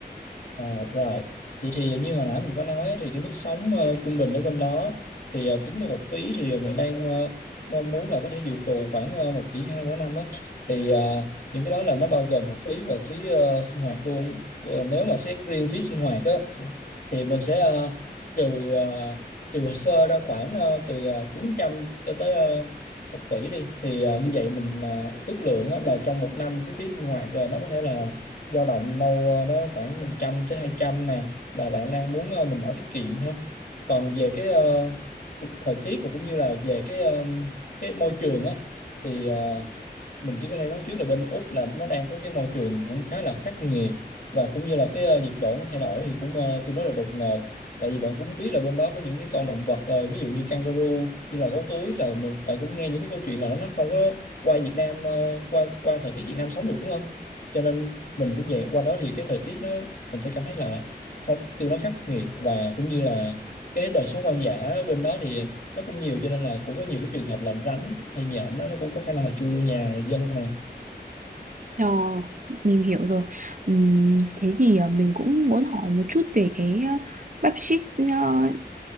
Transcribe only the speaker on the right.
Ờ, mình hiểu rồi. Ừm, thế thì ờ, mình cũng muốn hỏi một chút về cái ờ, bắp ship ờ,